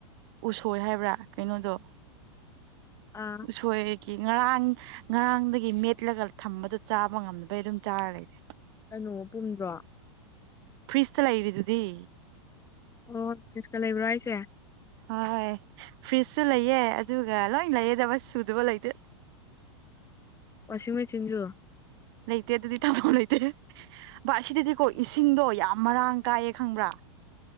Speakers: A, on the right; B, on the left.
A: ꯎꯁꯣꯏ ꯍꯥꯏꯕ꯭ꯔꯥ ꯀꯩꯅꯣꯗꯣ
B: ꯑꯥ
A: ꯎꯁꯣꯏ ꯀꯤ ꯉꯔꯥꯡ ꯉꯔꯥꯡꯗꯒꯤ ꯃꯦꯠꯂꯒ ꯊꯝꯕꯗꯣ ꯆꯥꯕ ꯉꯝꯕꯩ ꯑꯗꯨꯝ ꯆꯥꯔ ꯂꯩꯔꯦ
B: ꯀꯩꯅꯣ ꯄꯨꯝꯗ꯭ꯔꯣ
A: ꯐ꯭ꯔꯤꯁꯇ ꯂꯩ ꯔꯤꯗꯨꯗꯤ
B: ꯑꯣ ꯐ꯭ꯔꯤꯁꯇ ꯂꯩꯕ꯭ꯔꯣ ꯍꯥꯏꯁꯦ
A: ꯍꯣꯏ ꯍꯣꯢ ꯐ꯭ꯔꯤꯁꯁꯨ ꯂꯩꯌꯦ ꯑꯗꯨꯒ ꯂꯣꯏ ꯂꯩꯌꯦꯗ ꯁꯨꯗꯕ ꯂꯩꯇꯦ
B: ꯋꯁꯤꯡꯃꯦꯆꯤꯟ ꯖꯨ
A: ꯂꯩꯇꯦ ꯑꯗꯨꯗꯤ ꯊꯝꯐꯝ ꯂꯩꯇꯦ ꯕꯏ ꯑꯁꯤꯗꯗꯤꯀꯣ ꯏꯁꯤꯡꯗꯣ ꯌꯥꯝ ꯃꯔꯥꯡ ꯀꯥꯏꯌꯦ ꯈꯪꯕ꯭ꯔꯥ